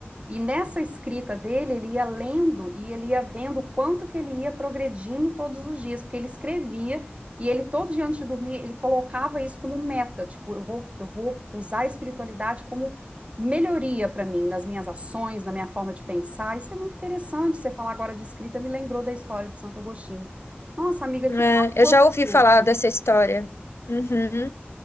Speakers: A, on the right (about 30°); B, on the left (about 85°).
A: E nessa escrita dele, ele ia lendo e ele ia vendo o quanto que ele ia progredindo todos os dias, porque ele escrevia e ele todo dia antes de dormir, ele colocava isso como meta, tipo, eu vou, eu vou usar a espiritualidade como melhoria para mim, nas minhas ações, na minha forma de pensar. Isso é muito interessante, você falar agora de escrita me lembrou da história de Santo Agostinho. Nossa, amiga,
B: É,
A: que papo
B: eu já ouvi
A: gostoso.
B: falar dessa história. Uhum.